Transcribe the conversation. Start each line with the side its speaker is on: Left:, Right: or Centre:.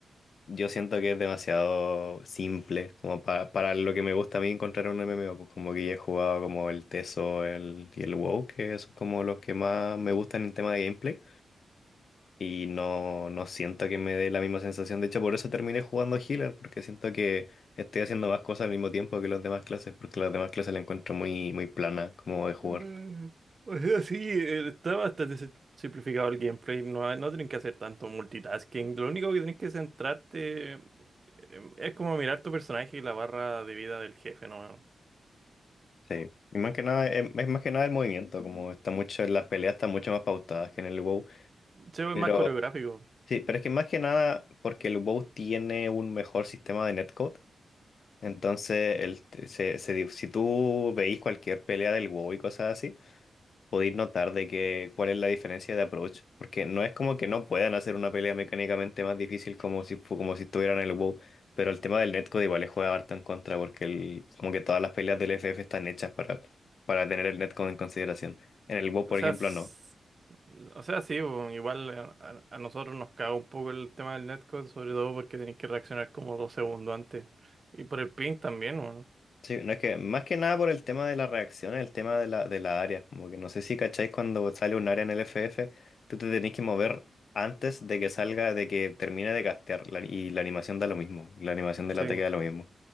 Left: Yo siento que es demasiado simple, como para, para lo que me gusta a mí encontrar un MMO, pues como que ya he jugado como el Teso el, y el WoW, que son como los que más me gustan en tema de gameplay, y no, no siento que me dé la misma sensación, de hecho por eso terminé jugando Healer, porque siento que estoy haciendo más cosas al mismo tiempo que las demás clases, porque las demás clases la encuentro muy, muy plana como de jugar.
Right: Mm, <laughs> O sea, sí, eh, está bastante sim- simplificado el gameplay. No, hay- no tienen que hacer tanto multitasking. Lo único que tienes que centrarte eh, es como mirar tu personaje y la barra de vida del jefe, ¿no?
Left: Sí, y más que nada, es, es más que nada el movimiento, como está mucho, las peleas están mucho más pautadas que en el WoW.
Right: Se ve
Left: Pero
Right: más coreográfico.
Left: Sí, pero es que más que nada porque el WoW tiene un mejor sistema de netcode. Entonces, el, se, se di- si tú veis cualquier pelea del WoW y cosas así, podéis notar de que cuál es la diferencia de approach. Porque no es como que no puedan hacer una pelea mecánicamente más difícil como si, fu- como si estuvieran en el WoW. Pero el tema del netcode igual le juega harto en contra porque el, como que todas las peleas del FF están hechas para, para tener el netcode en consideración. En el WoW, por
Right: O sea,
Left: ejemplo,
Right: s-
Left: no.
Right: o sea, sí, bo, igual a, a- a nosotros nos caga un poco el tema del netcode, sobre todo porque tenés que reaccionar como dos segundos antes. Y por el ping también, weón.
Left: Sí, no es que más que nada por el tema de las reacciones el tema de la, de la área. Como que no sé si cacháis cuando sale un área en el FF, tú te tenés que mover antes de que salga, de que termine de castear. la- y la animación da lo mismo. La animación del
Right: Sí.
Left: ataque da lo mismo.